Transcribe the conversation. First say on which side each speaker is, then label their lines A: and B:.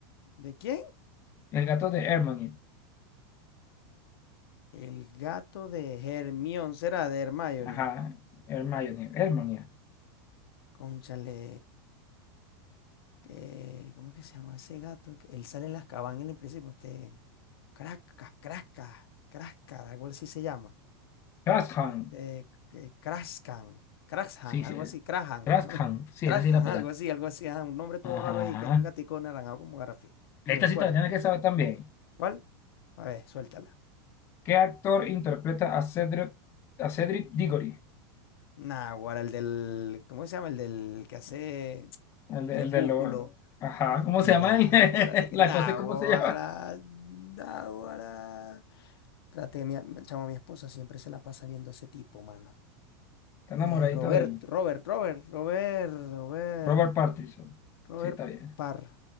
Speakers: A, on the left; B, on the left.
A: ¿De quién?
B: El gato de Hermione.
A: El gato de Hermión, será de Hermione.
B: Ajá, Hermione, Hermione.
A: Cónchale. que- ¿cómo es que se llama ese gato? Que Él sale en las cabañas en el principio, este, Crascas, Crascas, Crascas, algo así se llama.
B: Grashan.
A: Este, que Crascan, Crashan,
B: Sí,
A: algo
B: sí.
A: así, Crahan,
B: Grashan.
A: <laughs>
B: Sí,
A: Crashan,
B: esa sí la pegaste.
A: algo así, algo así, ajá, un nombre todo
B: Ajá.
A: raro ahí, que era un gatico naranjado como Garafil. Yo
B: Esta
A: me acuerdo.
B: sí te la tienes que saber también.
A: ¿Cuál? A ver, suéltala.
B: ¿Qué actor interpreta a Cedric, a Cedric Diggory?
A: Naguará, el del, ¿cómo se llama? El del que hace <tsk>
B: El, de-
A: Crepúsculo.
B: el de lo... Ajá,
A: Este,
B: ¿cómo se llama?
A: ya,
B: el- <laughs>
A: espérate que.
B: la
A: Naguará,
B: cosa, es ¿cómo se llama?
A: Naguará. Traté, mi, chamo, mi esposa siempre se la pasa viendo a ese tipo, mano.
B: Está enamoradito
A: Eh, Robert,
B: de él.
A: Robert, Robert, Robert, Robert,
B: Robert Pattinson.
A: Robert
B: Sí, está bien.
A: Parr,